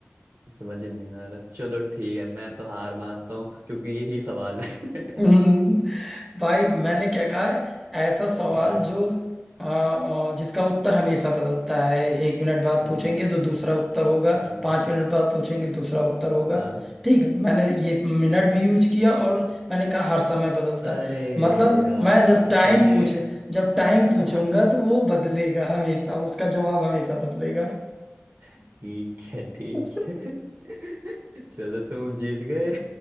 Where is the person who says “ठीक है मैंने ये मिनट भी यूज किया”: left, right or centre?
Centre